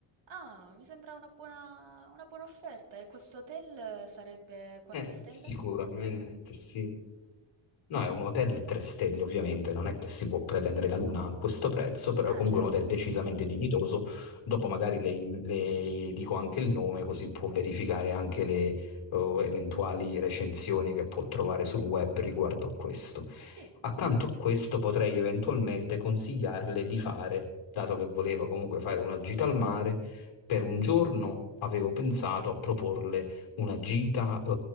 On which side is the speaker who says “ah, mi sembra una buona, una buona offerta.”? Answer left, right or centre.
Right